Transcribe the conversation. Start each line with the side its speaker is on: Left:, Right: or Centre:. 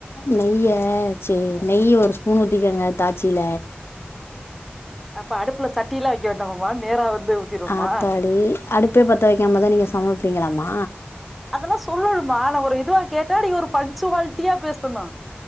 Left: நெய்ய சேர் நெய்ய ஒரு ஸ்பூன் ஊத்திக்கோங்க தாச்சில
Centre: அப்ப அடுப்புல சட்டியலாம் வைக்க வேண்டாமாமா நேரா வந்து ஊத்திடுவோமா
Left: ஆத்தாடி அடுப்பே பத்த வைக்காமதா நீங்க சமைப்பீங்களாமா
Centre: அதெல்லாம் சொல்லனுமா நா ஒரு இதுவா கேட்டா ஒரு பன்ச்சுவல்டியா பேசனும்